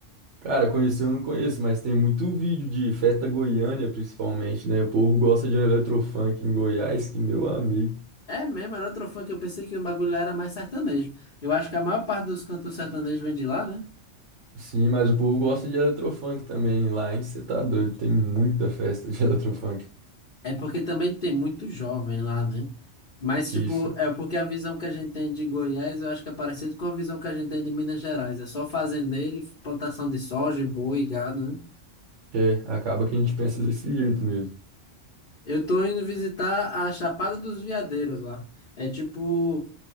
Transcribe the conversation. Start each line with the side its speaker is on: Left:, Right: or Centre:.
Right: Cara, conhecer eu não conheço, mas tem muito vídeo de festa Goiânia, principalmente, né? O povo gosta de um eletrofunk em Goiás, que meu amigo.
Left: É mesmo, era outro fã que eu pensei que o bagulho lá era mais sertanejo. Eu acho que a maior parte dos cantos sertanejos vem de lá, né?
Right: Sim, mas o povo gosta de eletrofunk também lá, hein? Você tá doido, tem muita festa de <laughs> eletrofunk.
Left: É porque também tem muito jovem lá, né? Mas, tipo,
Right: Isso,
Left: é porque a visão que a gente tem de Goiás, eu acho que é parecido com a visão que a gente tem de Minas Gerais. É só fazendeiro, e plantação de soja, boi, gado, né?
Right: é, acaba que a gente pensa desse jeito mesmo.
Left: Eu tô indo visitar a Chapada dos Veadeiros lá. É tipo